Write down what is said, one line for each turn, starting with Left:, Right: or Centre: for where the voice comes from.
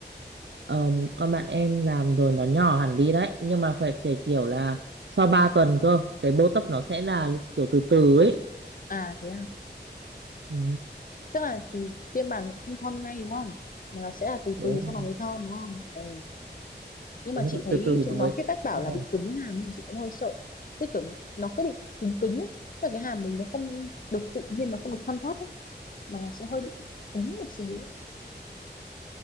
Right: ờ, con bạn em làm rồi nó nhỏ hẳn đi đấy nhưng mà phải kể kiểu là sau 3 tuần cơ cái botox nó sẽ là kiểu từ từ ấy
Left: à thế à
Right: ừ,
Left: tức là thì tiêm bàn cũng không thon ngay đúng không mà nó sẽ là từ
Right: đúng
Left: từ sau nó
Right: rồi,
Left: mới thon đúng không Ờ. nhưng
Right: đúng
Left: mà chị
Right: rồi
Left: thấy
Right: từ từ thì
Left: chúng
Right: nó mới
Left: nó feedback bảo
Right: Sau
Left: là bị cứng hàm nhưng chị cũng hơi sợ tức kiểu nó nó cứ bị cứng cứng ấy. tức là cái hàm mình nó không được tự nhiên nó không được thoăn thoắt ấy, mà nó sẽ hơi bị cứng một xíu ấy.